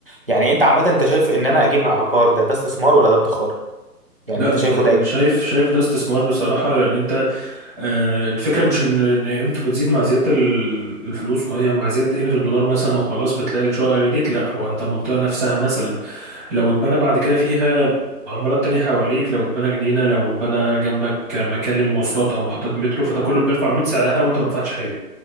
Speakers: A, on the right; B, in the centre.
A: يعني انت عامة انت شايف ان انا اجيب عقار ده ده استثمار ولا ده ادخار؟ يعني
B: لا
A: انت
B: ده
A: شايفه ده
B: ده
A: ايه؟
B: شايف شايف ده استثمار بصراحه لان انت آه الفكره مش ان إن قيمته بتزيد مع زياده ال- الفلوس وخلاص يعني مع زياده قيمه الدولار مثلا وخلاص بتلاقي الشقه غليت لا هو انت المنطقه نفسها مثلا لو اتبنى بعد كده فيها عمارات تانية حواليك لو اتبنى جنينة لو اتبنى جنبك مكان للمواصلات أو محطة مترو فده كله بيرفع من سعرها وأنت ما دفعتش حاجة